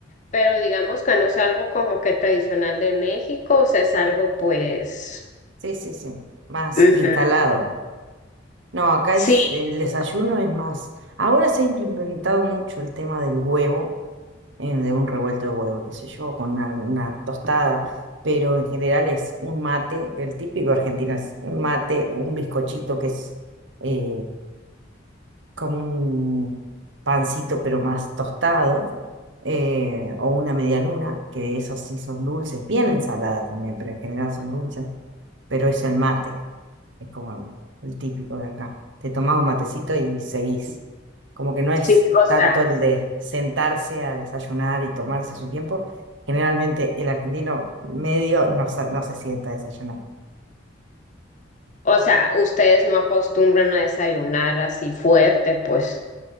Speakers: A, on the left; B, on the right.
A: pero digamos que no es algo como que tradicional de México, o sea, es algo pues,
B: sí, sí, sí, más
A: ujú.
B: instalado. No, acá
A: Sí,
B: es, en el desayuno es más. Ahora se ha implementado mucho el tema del huevo eh, de un revuelto de huevo, qué sé yo, con una, una tostada, pero en general es un mate, el típico argentino es un mate, un bizcochito que es eh, como un pancito pero más tostado, eh, o una media luna, que esas sí son dulces, bien ensaladas también, pero en general son dulces, pero es el mate. Es como el, el típico de acá. Te tomas un matecito y seguís. Como que no es
A: sí, o
B: tanto
A: sea,
B: el de sentarse a desayunar y tomarse su tiempo. Generalmente el argentino medio no, sa- no se sienta a desayunar.
A: o sea, ustedes no acostumbran a desayunar así fuerte, pues.